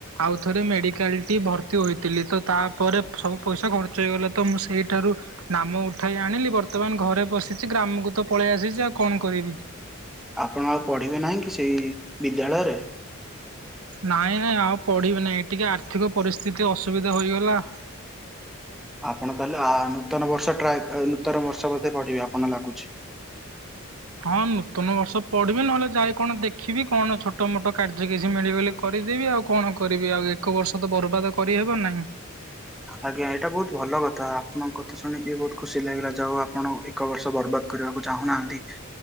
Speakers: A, on the right (about 80°); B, in the centre.
A: ଆଉଥରେ ମେଡିକାଲ୍ ଟି ଭର୍ତ୍ତି ହୋଇଥିଲି। ତ ତାପରେ ସବୁ ପଇସା ଖର୍ଚ୍ଚ ହେଇଗଲା ତ ମୁଁ ସେଇଠାରୁ ନାମ ଉଠାଇ ଆଣିଲି ବର୍ତ୍ତମାନ ଘରେ ବସିଛି। ଗ୍ରାମକୁ ତ ପଳେଇ ଆସିଛି, ଆଉ କଣ କରିବି।
B: ଆପଣ ଆଉ ପଢିବେ ନାହିଁ କି ସେଇ ବିଦ୍ୟାଳୟରେ?
A: ନାଇଁ ନାଇଁ ଆଉ ପଢ଼ିବି ନାହିଁ ଟିକେ ଆର୍ଥିକ ପରିସ୍ଥିତି ଅସୁବିଧା ହୋଇଗଲା।
B: ଆପଣ ତାହେଲେ ଆ ନୂତନ ବର୍ଷ ଟ୍ରାଏ ନୂତନ ବର୍ଷ ବୋଧେ ପଢିବେ ଆପଣ ଲାଗୁଛି।
A: ହଁ ନୂତନ ବର୍ଷ ପଢିବି ନହେଲେ ଯାଇ କଣ ଦେଖିବି କଣ ଛୋଟ ମୋଟ କାର୍ଯ୍ୟ କିଛି ମିଳିବ ବୋଲି। କରିଦେବି ଆଉ କଣ କରିବି ଆଉ ଏକ ବର୍ଷ ତ ବର୍ବାଦ କରିହେବ ନାହିଁ।
B: ଆଜ୍ଞା ଏଇଟା ବହୁତ ଭଲ କଥା ଆପଣଙ୍କ କଥା ଶୁଣିକି ବହୁତ ଖୁସି ଲାଗିଲା ଯାହା ହୋଉ ଆପଣ ଏକ ବର୍ଷ ବର୍ବାଦ କରିବାକୁ ଚାହୁଁନାହାନ୍ତି।